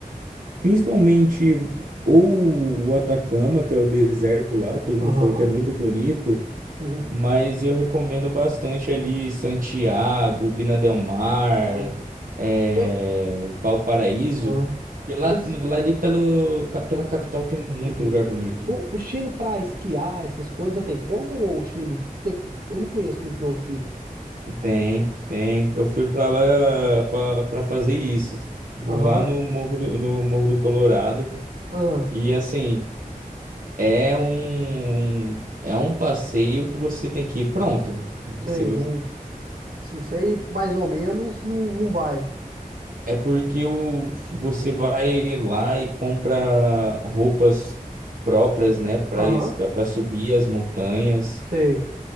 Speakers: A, on the right; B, on the right.
A: principalmente ou o Atacama, que é o deserto lá, todo
B: Aham.
A: mundo fala que é muito bonito,
B: Uhum.
A: Mas eu recomendo bastante ali Santiago, Vina del Mar,
B: Aham.
A: eh,
B: Pe-
A: Valparaíso.
B: aham.
A: E lá,
B: Pens-
A: lá ali pelo, ca- pela capital
B: Uhum.
A: tem muito
B: Uhum.
A: lugar bonito.
B: O, o Chile pra esquiar, essas coisas, tem como? Ou o Chile? Que, eu não conheço muito bem o Chile.
A: Tem, tem. Eu fui para lá para fazer isso, lá
B: Aham.
A: no Morro do, no Morro do Colorado.
B: Ah,
A: E assim, é um um, é um passeio que você tem que ir pronto. Você
B: sei. Não, se eu sei mais ou menos, não, não vai.
A: É porque o, você vai lá e compra roupas próprias, né, para
B: Aham.
A: isca, para subir as montanhas.
B: Sei.